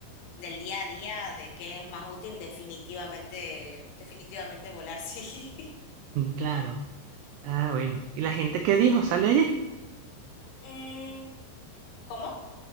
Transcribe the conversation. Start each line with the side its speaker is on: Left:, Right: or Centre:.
Left: del día a día, de qué es más útil, definitivamente, definitivamente volar, <laughs> sí.
Right: mm, claro. Ah, bueno. ¿Y la gente qué dijo? ¿Sale allí
Left: Mm, ¿cómo?